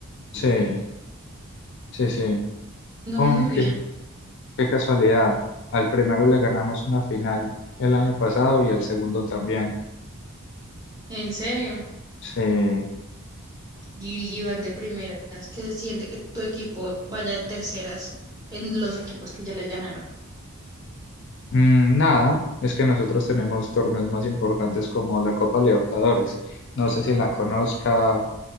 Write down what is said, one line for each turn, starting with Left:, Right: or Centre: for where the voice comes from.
Left: Sí, sí, sí.
Right: No,
Left: Aunque,
Right: muy bien,
Left: qué casualidad. Al primero le ganamos una final el año pasado y al segundo también.
Right: en serio.
Left: Sí.
Right: Y y van de primeras, que se siente que tu equipo vaya de terceras en los equipos que ya les ganaron.
Left: Mm, nada, es que nosotros tenemos torneos más importantes como la Copa Libertadores. No sé si la conozca,